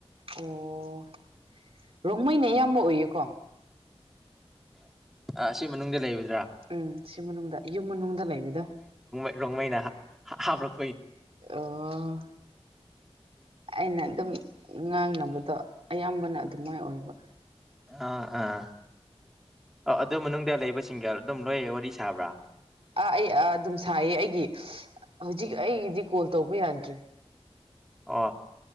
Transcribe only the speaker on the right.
ꯑꯣ ꯔꯣꯡꯃꯩꯅ ꯑꯌꯥꯝꯕ ꯑꯣꯏꯌꯦꯀꯣ
ꯎꯝ ꯁꯤ ꯃꯅꯨꯡꯗ ꯌꯨꯝ ꯃꯅꯨꯡꯗ ꯂꯩꯕꯗ
ꯑꯣ ꯑꯩꯅ ꯑꯗꯨꯝ ꯉꯥꯡꯅꯕꯗꯣ
ꯑꯌꯥꯝꯕꯅ ꯑꯗꯨꯃꯥꯏꯅ ꯑꯣꯏꯕ
ꯑꯥ ꯑꯩ ꯑ ꯑꯗꯨꯝ ꯁꯥꯏꯌꯦ ꯑꯩꯒꯤ ꯍꯧꯖꯤꯛ ꯑꯩꯗꯤ ꯀꯣꯜ ꯇꯧꯕ ꯌꯥꯗ꯭ꯔꯦ